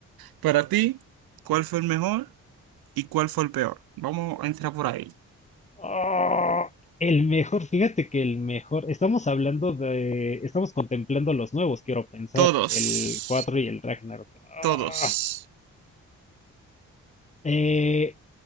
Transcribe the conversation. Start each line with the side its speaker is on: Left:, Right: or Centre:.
Right: Para ti, ¿cuál fue el mejor? ¿Y cuál fue el peor? Vamos a entrar por ahí.
Left: Oh, el mejor, fíjate que el mejor, estamos hablando de, estamos contemplando los nuevos, quiero pensar,
Right: Todos,
Left: el 4 y el Ragnarok. Ah,
Right: todos.
Left: eh,